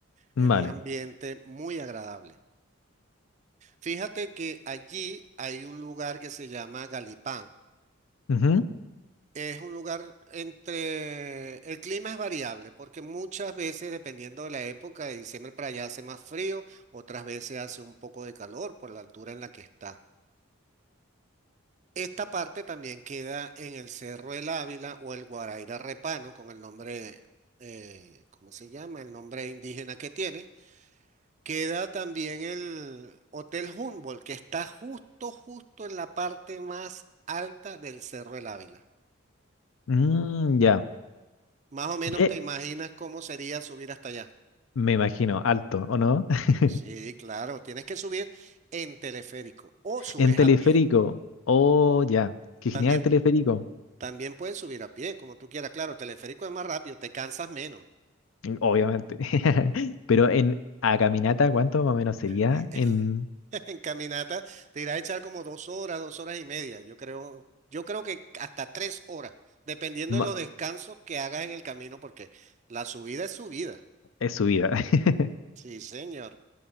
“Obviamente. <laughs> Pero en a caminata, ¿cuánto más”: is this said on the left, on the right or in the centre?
Left